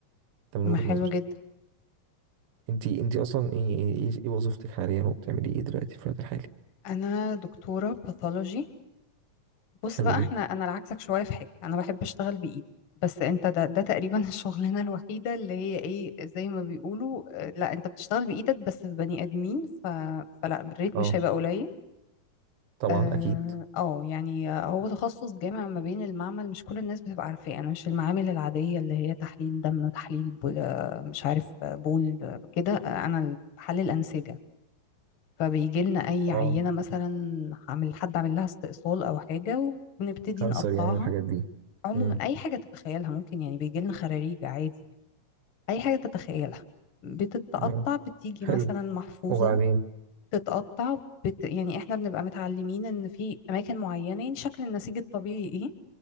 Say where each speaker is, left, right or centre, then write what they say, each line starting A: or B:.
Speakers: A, on the right; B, on the left.
A: ده من
B: ما
A: وجهة
B: حلو
A: نظري
B: جدا
A: أنت أنت أصلا إيه إيه, إيه إيه وظيفتك حاليا وبتعملي إيه دلوقتي في الوقت الحالي
B: انا دكتوره باثولوجي بص
A: حلو
B: بقى
A: جدا
B: احنا انا عكسك شويه في حاجه انا بحب اشتغل بايدي بس انت ده, ده تقريبا <laughs> الشغلانه الوحيده اللي هي ايه زي ما بيقولوا آه، لا انت بتشتغل بايدك بس في بني ادمين ف... فلا الريت
A: أه
B: مش هيبقى قليل
A: طبعا
B: اه
A: أكيد
B: آه، يعني آه، هو تخصص جامع ما بين المعمل مش كل الناس بتبقى عارفاه انا مش المعامل العاديه اللي هي تحليل دم تحليل بول آه، مش عارف آه، بول آه، كده آه، انا بحلل انسجه فبيجي لنا اي
A: اه
B: عينه مثلا عامل حد عامل لها استئصال او حاجه وبنبتدي
A: كانسر
B: نقطعها
A: يعني والحاجات دي
B: عموما
A: امم
B: اي حاجه تتخيلها ممكن يعني بيجي لنا خراريج عادي يعني. اي حاجه تتخيلها بتتقطع
A: تمام
B: بتيجي
A: حلو
B: مثلا محفوظه
A: وبعدين
B: بتتقطع بت... يعني احنا بنبقى متعلمين ان في اماكن معينه يعني شكل النسيج الطبيعي ايه